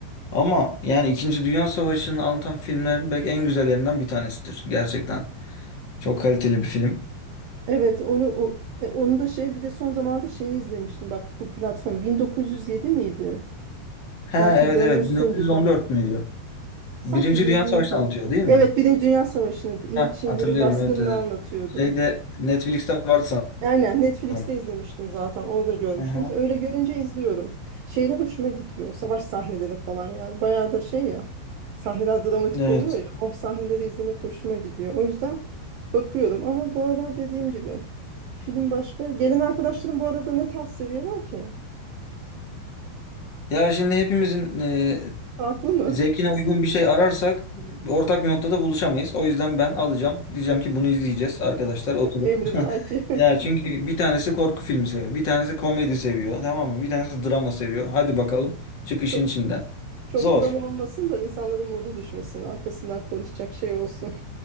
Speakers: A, on the left; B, on the right.
A: Ama yani İkinci Dünya Savaşı'nı anlatan filmlerin belki en güzellerinden bir tanesidir. Gerçekten. Çok kaliteli bir film.
B: Evet onu o- e, onu da şey bir de son zamanlarda şeyi izlemiştim bak bu platform 1907 miydi?
A: Ha
B: Belki
A: evet
B: görmüşsündür
A: evet 1914
B: bak
A: müydü?
B: sanki
A: Birinci
B: 7
A: Dünya Savaşı'nı
B: idi.
A: anlatıyor değil mi?
B: Evet Birinci Dünya Savaşı'nı in-
A: Ha,
B: şeylerin
A: hatırlıyorum
B: baskınını
A: evet evet.
B: anlatıyordu.
A: Şeyde Netflix'te vardı
B: Aynen Netflix'te
A: sanırım.
B: izlemiştim zaten. Orada görmüştüm.
A: Aha.
B: Mesela öyle görünce izliyorum. Şeyler hoşuma gidiyor. Savaş sahneleri falan yani. Bayağı da şey ya. Sahneler dramatik
A: Evet.
B: oluyor ya. O sahneleri izlemek hoşuma gidiyor. O yüzden bakıyorum. Ama bu arada dediğim gibi film başka. Gelen arkadaşlarım bu arada ne tarz seviyorlar ki?
A: Ya şimdi hepimizin e,
B: Farklı mı?
A: zevkine uygun bir şey ararsak ortak bir noktada buluşamayız. O yüzden ben alacağım. Diyeceğim ki bunu izleyeceğiz arkadaşlar oturun.
B: <laughs> Emri
A: <laughs>
B: belki.
A: Ya çünkü bir tanesi korku filmi seviyor. Bir tanesi komedi seviyor. Tamam mı? Bir tanesi drama seviyor. Hadi bakalım
B: <laughs>
A: çık
B: Çok,
A: işin içinden.
B: çok
A: Zor.
B: drama olmasın da insanların modu düşmesin. Arkasından konuşacak şey olsun.